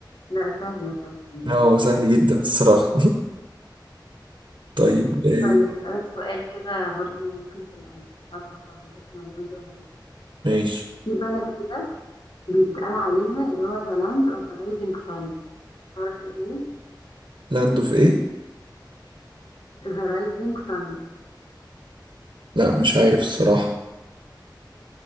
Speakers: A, on the left; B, on the right.
A: لا سهلة سهلة دي
B: هو سهل جدا الصراحة <laughs> طيب إيه
A: طيب هسألك سؤال كده برضو ممكن تبقى مش عارفة عارف المعلومة دي ولا لا
B: ماشي
A: في بلد كده بيتقال عليها اللي هو the land of the rising sun تعرف ايه هي؟
B: لاندو في إيه؟
A: the rising sun
B: لا مش عارف الصراحة